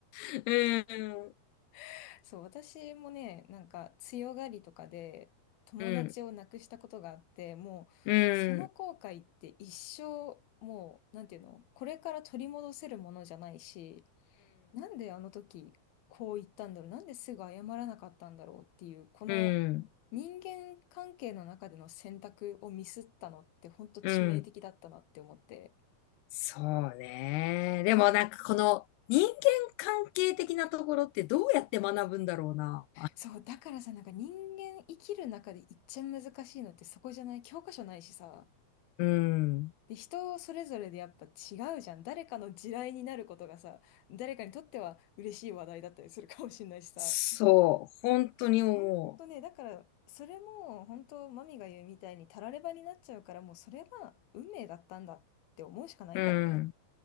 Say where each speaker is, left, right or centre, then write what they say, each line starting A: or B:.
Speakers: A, on the left; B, on the left.
A: ん、
B: <laughs> そう、私もね、なんか強がりとかで友達を亡くしたことがあって、
A: うん、
B: もうその後悔って一生、
A: うん、うん、
B: もう、なんていうの、これから取り戻せるものじゃないし、なんであの時こう言ったんだろう、なんですぐ謝らなかったんだろうっていう、この人間関係の中での選択をミスったのって本当致命的だったなって思って。
A: うん、うん。そうね。
B: そう、
A: でもなんかこの人間関係的なところってどうやって学ぶんだろうな。
B: なんかねそう、だからさ、なんか人間生きる中で一番難しいのってそこじゃない教科書ないしさ。
A: うん。
B: で、人それぞれでやっぱ違うじゃん。誰かの地雷になることがさ、誰かにとっては嬉しい話題だったりするかもしれないしさ。
A: そう。本当に思
B: ほんとね、だから、それも本当マミが言うみたいにたらればになっちゃうから、もうそれは運命だったんだって思うしかないんだろうね。
A: う。うん。